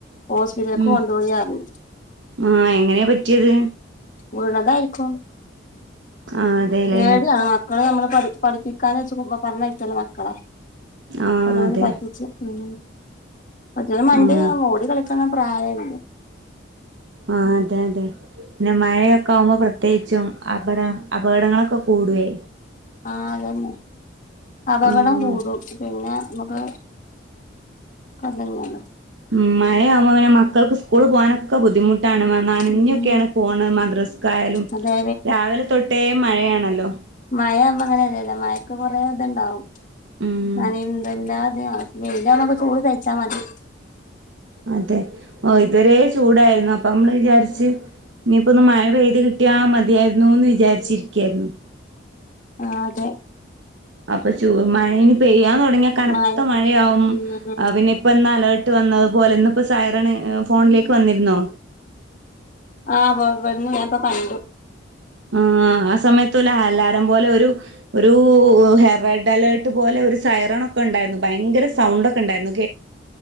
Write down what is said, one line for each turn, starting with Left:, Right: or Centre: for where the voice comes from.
Left: ഓസ്പിറ്റലിക്ക്
Right: ഉം
Left: കൊണ്ടു പോയിന്ന് അറിഞ്ഞു
Right: ആഹ് എങ്ങനെയാ പറ്റിയത്
Left: വീണതായിരിക്കും
Right: ആഹ് അതെല്ലേ
Left: പേടി ആണ് മ ക്കളെ നമ്മള് പഠി പഠിപ്പിക്കാനെച്ച് പറഞ്ഞ് അയക്കുവല്ലോ മക്കളെ
Right: ആഹ്
Left: ഓരോന്ന്
Right: അതെ
Left: പറ്റിച്ച് ഉം പറ്റന്ന് മണ്ടിയാ
Right: ആഹ്
Left: ഓടി കളിക്ക്ണ പ്രായല്ലേ?
Right: ആഹ് അതെ അതെ പിന്നെ മഴയൊക്കെ ആകുമ്പോ പ്രത്യേകിച്ചും അവിടെ അപകടങ്ങളൊക്കെ കൂടുവേ
Left: ആ അതന്നെ അപകടം
Right: ആഹ്
Left: കൂടും
Right: ഉം
Left: പിന്നെ നമുക്ക്. അതങ്ങനെ
Right: ഉം മഴയാവുമ്പോ അങ്ങനെ മക്കൾക്ക് സ്കൂള് പോകാനൊക്കെ ബുദ്ധിമുട്ടാണ്. നനഞ്ഞ്ക്കെയാണ്
Left: ഉം
Right: പോണ് മദ്രസക്കായാലും
Left: അതെ
Right: രാവിലെ തൊട്ടേ മഴയാണല്ലോ?
Left: മഴ ആവുമ്പോ ങ്ങല്ലല്ലേ മഴക്ക് കൊറെ ഇതുണ്ടാവും
Right: ഉം
Left: നനന്തല്ലാതെയോ വെയിലാവുമ്പോ നമുക്ക് ചൂട് സഹിച്ചാ മതി.
Right: അതെ ഓ ഇതവരേ ചൂടായിരുന്നു അപ്പൊ നമ്മള് വിചാരിച്ച്. ഇനിയിപ്പോ ഒന്ന് മഴ പെയ്ത് കിട്ടിയാ മതിയായിരുന്നൂന്ന് വിചാരിച്ചിരിക്കയായിരുന്നു.
Left: ആഹ് അതെ
Right: അപ്പൊ ചൂ മഴയിനി പെയ്യാൻ തുടങ്ങിയാ കനത്ത
Left: മഴ
Right: മഴയാകും
Left: ഉം
Right: പിന്നെപ്പ ഇപ്പാ ന്ന്‌ അലേർട്ട് വന്നത്പോലെന്നിപ്പോ സൈറണ് ഫോണിലേക്ക് വന്നിരുന്നോ?
Left: ആഹ് പ്പോ വന്നു ഞാനിപ്പോ കണ്ടു.
Right: ആ ആഹ് സമയത്തു ഒലു അലാറം പോലെ ഒരു ഒരു ഹെ റെഡ് അലേർട്ട് പോലെ ഒരു സൈറണൊക്കെ ഉണ്ടായിരുന്നു ഭയങ്കര സൗണ്ട് ഒക്കെ ഒണ്ടായിരുന്നു